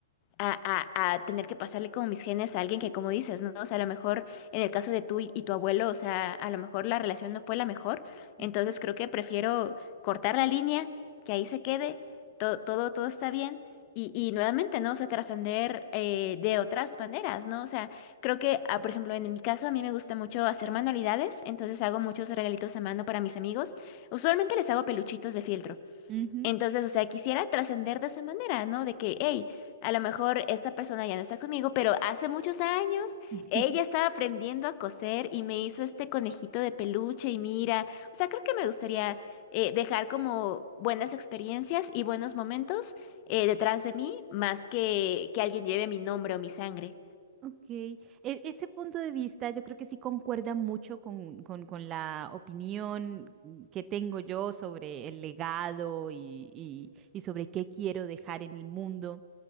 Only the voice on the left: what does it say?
a, a, a tener que pasarle como mis genes a alguien que, como dices, ¿no? O sea, a lo mejor en el caso de tú y, y tu abuelo, o sea, a lo mejor la relación no fue la mejor.
Entonces
creo que prefiero cortar la línea, que ahí se quede, todo, todo, todo está bien. Y, y nuevamente, ¿no? O sea, trascender eh, de otras maneras, ¿no? O sea, creo que, ah, por ejemplo, en mi caso, a mí me gusta mucho hacer manualidades, entonces hago muchos regalitos a mano para mis amigos. Usualmente les hago peluchitos de fieltro.
Entonces, o sea, quisiera trascender de esa manera, ¿no? De que, hey, a lo mejor esta persona ya no está conmigo, pero hace muchos años
ella estaba aprendiendo a coser y me hizo este conejito de peluche y mira, o sea, creo que me gustaría eh, dejar como buenas experiencias y buenos momentos eh, detrás de mí, más que que alguien lleve mi nombre o mi sangre.